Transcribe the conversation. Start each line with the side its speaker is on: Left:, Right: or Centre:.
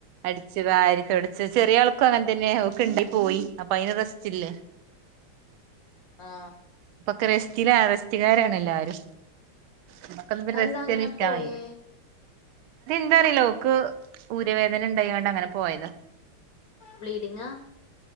Right: അടിച്ചു വാരി തൊട്ച്ച് ചെറിയാൾക്കും അങ്ങനെ തന്നെ ഓക്ക് ണ്ട് പോയി അപ്പൊ അതിന് റെസ്റ്റില്ല
Left: ആ
Right: ക്രസ്റ്റിലെ അറസ്റ്റ്കാരാണ് എല്ലാരും നമ്മക്കൊന്നും
Left: അതെന്താ
Right: റെസ്റ്റ്നിരിക്കാ
Left: അങ്ങനെ പോയേ
Right: വയ്യ എന്താന്നറീല ഓക്ക് ഊര വേദന ണ്ടായാണ്ട് അങ്ങനെ പോയതാ
Left: ബ്ലീഡിങ്ങ